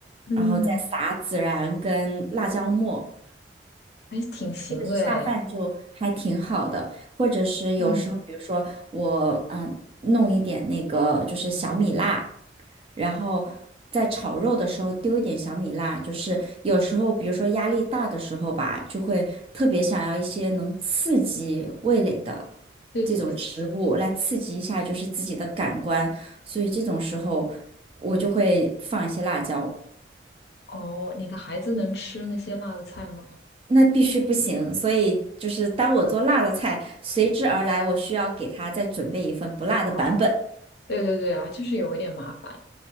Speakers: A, on the left (about 65°); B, on the right (about 30°).
A: 嗯，
B: 然后再撒孜然跟辣椒末，
A: 还挺行的诶。
B: 这个下饭就还挺好的。或者是有时候，
A: 嗯
B: 比如说我嗯呃弄一点那个就是小米辣，然后在炒肉的时候丢一点小米辣，就是有时候比如说压力大的时候吧，就会特别想要一些能刺激味蕾的。
A: 嗯，对对对。
B: 这种食物来刺激一下，就是自己的感官，所以这种时候我就会放一些辣椒。
A: 哦，你的孩子能吃那些辣的菜吗？
B: 那必须不行，所以就是当我做辣的菜，随之而来，我需要给他再准备一份不辣的版本。
A: 啊，对对对啊，就是有一点麻烦。